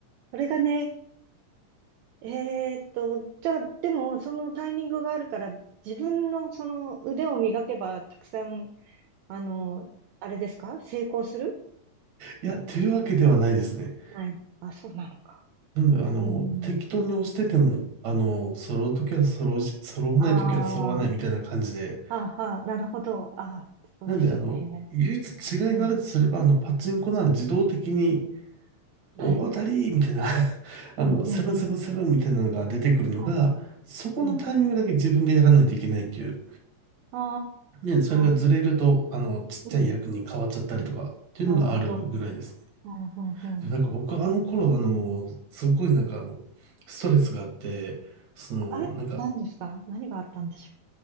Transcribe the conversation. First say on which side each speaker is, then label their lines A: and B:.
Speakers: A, on the right (about 75°); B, on the right (about 50°).
A: これがね、えーっと、じゃあ、でも、そのタイミングがあるから、自分のその腕を磨けば、たくさん、あの、あれですか成功する
B: いや、というわけではないですね。
A: ない。あ、そうなのか。
B: なんで、あの、
A: うん。
B: 適当に押してても、あの、揃うときは揃うし、揃わないときは揃わないみたいな感じで、
A: あはあ、はあ、なるほど。ああ、そうですよね。
B: なんで、あの、唯一違いがあるとすれば、
A: うん。
B: あの、パチンコなら自動的に、大当たりみたいな
A: はい。
B: <laughs> あの、
A: うん、うん、
B: セブンセブンセブンみたいなのが出てくるのが、
A: うん。うんはい。
B: そこのタイミングだけ自分でやらないといけないっていう。
A: うん。あ
B: ね、それがずれると、
A: あ、
B: あの、ちっちゃい役に変わっちゃったりとか、
A: うん。
B: っていうのがあるぐらいですね。
A: なるほど。うん、うん、うん。
B: でもなんか僕あの頃、あの、すごいなんかあの、ストレスがあって、その、
A: あれ何ですか何があったんでしょう。
B: なんか、